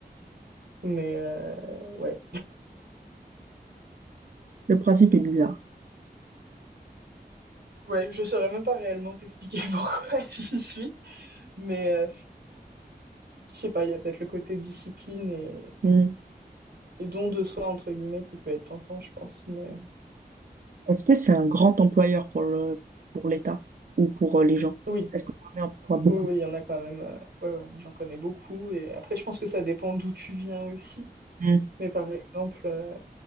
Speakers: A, on the right (about 85°); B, on the right (about 55°).
A: Mais euh, ouais.
B: Le principe est bizarre.
A: Ouais, je saurais même pas réellement t'expliquer <laughs> pourquoi j'y suis, Mais euh, je sais pas, il y a peut-être le côté discipline et,
B: Hmm.
A: et don de soi, entre guillemets, qui peut être tentant, je pense. Mais euh,
B: Est-ce que c'est un grand employeur pour le, pour l'État ou pour euh, les gens?
A: oui,
B: Est-ce que l'armée emploie beaucoup?
A: oui, oui, il y en a quand même. euh, ouais, ouais, moi j'en connais beaucoup. Et après, je pense que ça dépend d'où tu viens aussi.
B: Hmm.
A: Mais par exemple, euh,